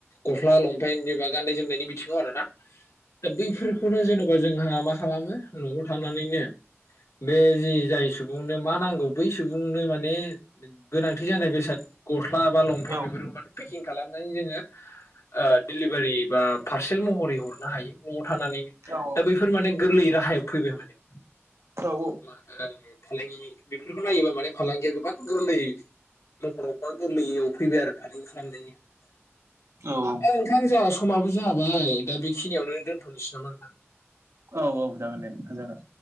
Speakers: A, on the left; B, on the right.
A: गस्ला लंपेेन जेनेबा गाननाय जोमनायनि बिथिङाव आरोना दा बैफोरखौनो जेन बा जोंहा मा खालामो न'आव थानानैनो बे जि जाय सुबुंनो मा नांगौ बै सुबुंनो माने गोनांथि जानाय बेसाद गस्ला बा लंपेत
B: औ
A: बेफोरखौ माने पेकिं खालामनानै जोङो ओ दिडिलिभारि बा पारसेल महरै हरनो हायो न'वाव थानानैनो
B: औ
A: दा बैफोर माने गोरलै राहायाव फैबाय माने
B: औ औ
A: मा ओ फालांगि बेफोरखौ नायोबा माने फालांगिया गोबां गोरलै महरावबा गोरलैयाव फैबाय आरो <unintelligible>
B: औ
A: औ नोंथां जोंहा समाबो जाबाय दा बेखिनियावनो दोनथ'नोसै नामा नोंथां
B: अ औ औ जागोन दे नोंथां जागोन